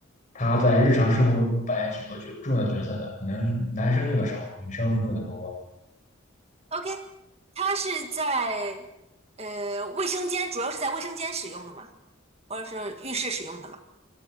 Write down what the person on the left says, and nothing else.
它在日常生活中扮演许多角重要角色的，可能男生用的少，女生用的多。